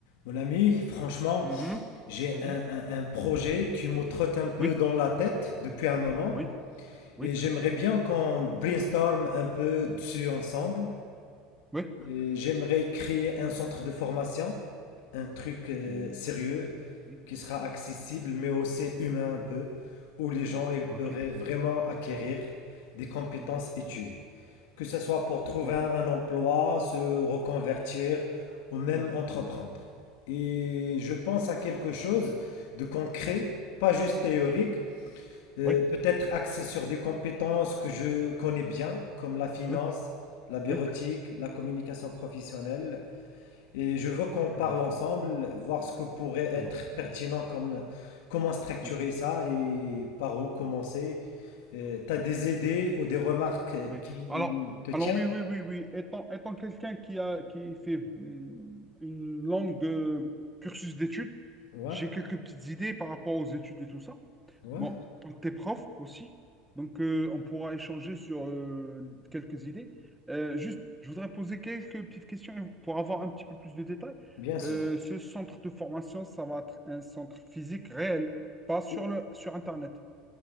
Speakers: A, on the left (about 75°); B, in the centre.
A: Mon ami, franchement,
B: Mhm,
A: j'ai
B: mhm.
A: un, un- un projet qui me trotte un peu
B: Oui,
A: dans la tête depuis un moment
B: oui, oui,
A: et j'aimerais bien qu'on brainstorm un peu dessus ensemble.
B: oui.
A: Euh, J'aimerais créer un centre de formation, un truc euh,
B: Mm,
A: sérieux
B: oui,
A: qui sera accessible mais aussi humain un peu, où les gens ils pourraient
B: Ok.
A: vraiment acquérir des compétences
B: Mhm.
A: utiles que ce soit pour trouver
B: Oh,
A: un emploi, se reconvertir ou même
B: oui,
A: entreprendre. Et je pense à quelque chose de concret,
B: mm,
A: pas juste théorique, euh,
B: oui,
A: peut-être axé sur des compétences que je connais bien, comme la finance,
B: oui,
A: la bureautique,
B: oui,
A: la communication professionnelle. Et je veux qu'on parle
B: je vois ça.
A: ensemble, voir ce que pourrait être
B: Alors,
A: pertinent, comme comment structurer
B: oui,
A: ça et par où commencer. tu as
B: oui,
A: des idées ou des remarques
B: oui.
A: qui
B: Alors,
A: te tiennent
B: alors oui, oui, oui, oui. Étant, étant quelqu'un qui a qui fait mm, une longue euh, cursus d'études,
A: Ouais,
B: j'ai quelques petites idées par rapport aux études et tout ça.
A: ouais,
B: Bon, quand t'es prof aussi, donc euh, on pourra échanger sur euh, quelques idées. Euh, juste, je voudrais poser quelques petites questions pour avoir un petit peu plus de détails.
A: bien sûr.
B: Euh, ce centre de formation, ça va être un centre physique réel, pas sur
A: Ou-
B: le sur Internet.